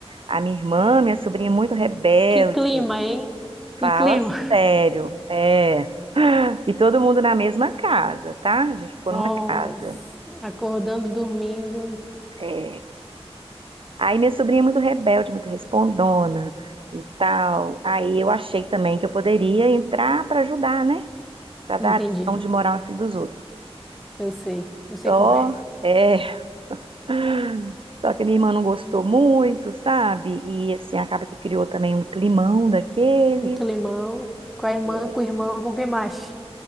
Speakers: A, on the right (about 55°); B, in the centre.
A: a minha irmã, minha sobrinha muito rebelde,
B: Que clima, hein? Que
A: Fala
B: clima.
A: sério, é. E todo mundo na mesma casa, tá? A gente ficou
B: Nossa,
A: numa casa.
B: acordando, dormindo.
A: É. Aí minha sobrinha é muito rebelde, muito respondona e tal. Aí eu achei também que eu poderia entrar pra ajudar, né? Pra dar
B: Entendi.
A: a lição de moral ao filho dos outros.
B: Eu sei. Eu sei
A: Só,
B: como é.
A: é. <laughs> Só que minha irmã não gostou muito, sabe? E assim, acaba que criou também um climão daqueles.
B: Um Climão. Com a irmã,
A: É,
B: com o irmão, com quem mais?